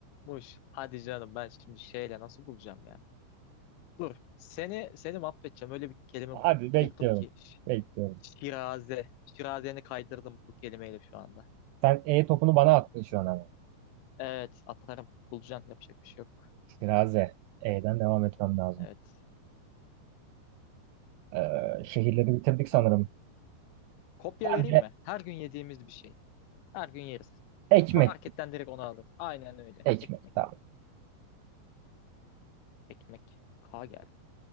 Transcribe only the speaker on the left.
Muş. Hadi canım ben şimdi şeyle nasıl bulacağım ya? Dur. Seni seni mahvedeceğim. Öyle bir kelime
buldum ki. Ş-
Şiraze. Şirazeni kaydırdım bu kelimeyle şu anda.
Evet atarım. Bulacaksın. Yapacak bir şey yok.
Evet.
Kopya
vereyim
mi? Her gün yediğimiz bir şey. Her gün yeriz.
Marketten direkt onu alır. Aynen öyle.
Ekmek.
Ekmek. K geldi.